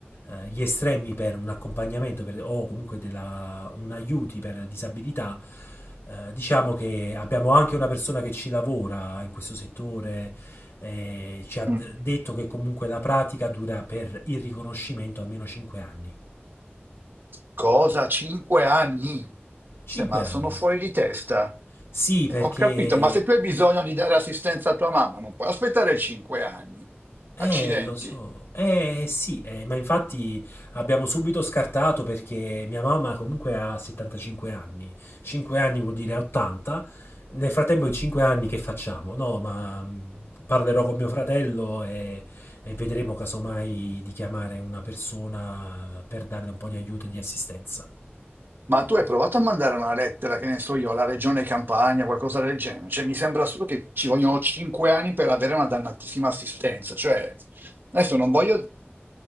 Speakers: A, on the left (about 80°); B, on the right (about 55°).
A: eh, gli estremi per un accompagnamento per- o comunque della- un aiuti per disabilità, eh, diciamo che abbiamo anche una persona che ci lavora in questo settore, eh, ci ha d-
B: Mm.
A: detto che comunque la pratica dura per il riconoscimento almeno 5 anni.
B: Cosa? Cinque anni? Se
A: 5
B: ma
A: anni.
B: sono fuori di testa.
A: Sì,
B: Eh,
A: perché
B: ho capito, ma se tu hai bisogno di dare assistenza a tua mamma, non puoi aspettare cinque anni.
A: Eh,
B: Accidenti.
A: lo so, eh sì, eh, ma infatti abbiamo subito scartato perché mia mamma comunque ha 75 anni, 5 anni vuol dire 80, nel frattempo in 5 anni che facciamo? No, ma mh, parlerò con mio fratello e, e vedremo casomai di chiamare una persona per darle un po' di aiuto e di assistenza.
B: Ma tu hai provato a mandare una lettera, che ne so io, alla regione Campania, qualcosa del genere? Cioè, mi sembra solo che ci vogliono cinque anni per avere una dannatissima assistenza. Cioè, adesso non voglio